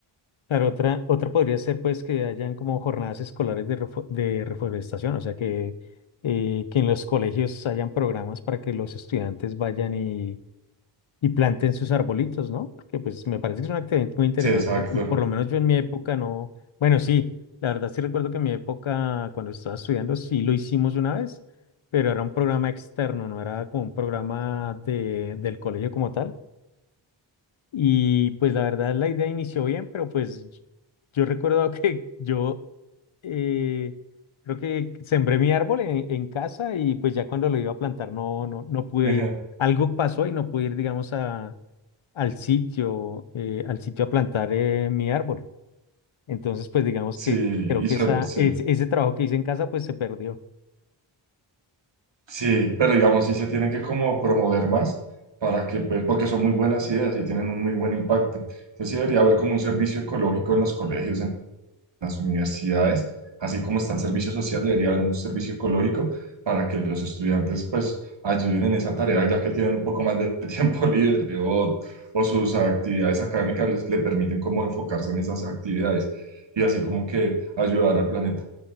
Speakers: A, on the left (about 75°); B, on the right (about 65°).
A: Claro, otra, otra podría ser pues que hayan como jornadas escolares de, refo- de reforestación, o sea que, eh, que en los colegios hayan programas para que los estudiantes vayan y, y planten sus arbolitos, ¿no? Porque pues me parece que es una actividad muy interesante
B: Sí, exacto.
A: y por lo menos yo en mi época no, bueno, sí, la verdad sí recuerdo que en mi época cuando estaba estudiando sí lo hicimos una vez, pero era un programa externo, no era como un programa de, del colegio como tal. Y pues la verdad la idea inició bien, pero pues yo yo recuerdo <laughs> que yo eh, creo que sembré mi árbol en, en casa y pues ya cuando lo iba a plantar no, no, no pude
B: Ejá.
A: ir. Algo pasó y no pude ir, digamos, a, al sitio, eh, al sitio a plantar eh, mi árbol. Entonces, pues digamos
B: Sí,
A: que creo
B: y
A: que
B: son,
A: esa,
B: sí.
A: es- ese trabajo que hice en casa pues se perdió.
B: Sí, pero digamos, sí se tiene que como promover más para que, pues, porque son muy buenas ideas y tienen un muy buen impacto. Entonces sí debería haber como un servicio ecológico en los colegios, en las universidades, así como está el servicio social, debería haber un servicio ecológico para que los estudiantes, pues, ayuden en esa tarea, ya que tienen un poco más de <laughs> tiempo libre o, o sus actividades académicas les, le permiten como enfocarse en esas actividades y así como que ayudar al planeta.